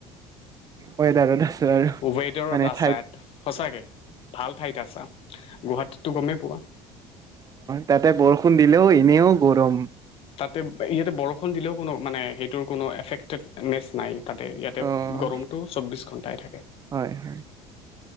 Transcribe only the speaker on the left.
ৱেডাৰত
আছা
সঁচাকে ভাল ঠাইত আছা গুৱাহাটীততো গমেই পোৱা
তাতে ইয়াতে বৰষুণ দিলেও কোনো মানে সেইটোৰ কোনো এফেক্টেডনেছ নাই। তাতে ইয়াতে
গৰমটো চৌব্বিছ ঘণ্টা। চাই থাক।